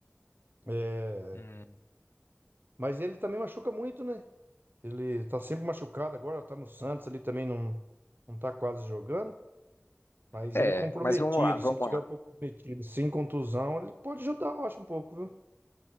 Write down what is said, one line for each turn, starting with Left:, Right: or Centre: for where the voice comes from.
Right: É,
Left: Hum.
Right: Mas ele também machuca muito, né? Ele tá sempre machucado agora, tá no Santos ali também, não, não tá quase jogando. Mas
Left: É,
Right: ele comprometido,
Left: mas vamos lá, vamos
Right: se ele tiver
Left: lá.
Right: um pouco comprometido, sem contusão, ele pode ajudar, eu acho, um pouco, viu?